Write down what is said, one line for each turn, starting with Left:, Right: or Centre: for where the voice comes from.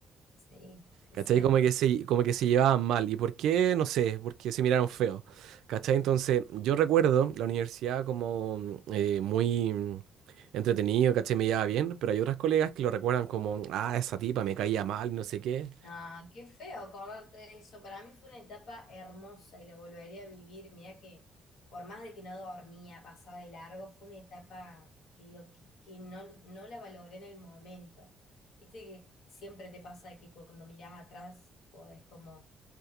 Left: Sí, se
Right: ¿Cachai?
Left: siente.
Right: Como que se, como que se llevaban mal. ¿Y por qué? No sé, porque se miraron feo. ¿Cachai? Entonces yo recuerdo la universidad como mm, eh, muy... mm, entretenido, ¿cachai? Me llevaba bien, pero hay otras colegas que lo recuerdan como, ah, esa tipa me caía mal, no sé qué.
Left: Ah, qué feo acordarte de eso. Para mí fue una etapa hermosa y la volvería a vivir. Mirá que por más de que no dormía, pasaba de largo, fue una etapa que digo, que, que no, no la valoré en el momento. Viste que siempre te pasa de que cuando mirás atrás podés como